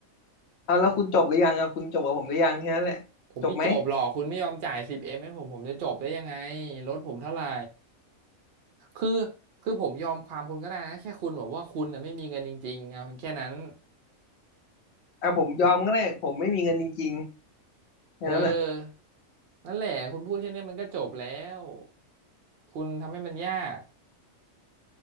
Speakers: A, on the left; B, on the right.
A: เอาแล้วคุณจบหรือยังอ่ะคุณจบกับผมหรือยังแค่นั้นแหละจบไหม
B: ผมไม่จบหรอกคุณไม่ยอมจ่ายสิบเอ็มให้ผมผมจะจบได้ยังไงรถผมเท่าไหร่คือคือผมยอมความคุณก็ได้นะแค่คุณบอกว่าคุณน่ะไม่มีเงินจริงๆเอาเพียงแค่นั้น
A: อ่ะผมยอมก็ได้ผมไม่มีเงินจริงๆอย่างนั้นแหละ
B: เออนั่นแหละคุณพูดแค่เนี้ยมันก็จบแล้ว คุณทำให้มันยาก